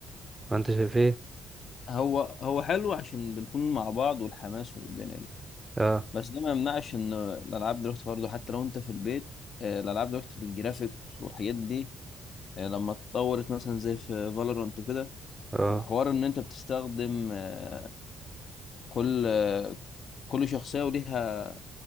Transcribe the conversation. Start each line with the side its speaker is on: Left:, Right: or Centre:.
Right: انت شايف ايه
Left: هو هو حلو عشان بنكون مع بعض والحماس والدنيا دي
Right: اه
Left: بس ده ما يمنعش إن الألعاب دلوقتي برضه حتى لو أنت في البيت آه، الألعاب دلوقتي الجرافيكس والحاجات دي آه، لما اتطورت مثلا زي في فالورانت وكده
Right: اه
Left: وحوار إن أنت بتستخدم آه، كل آه، كل شخصية وليها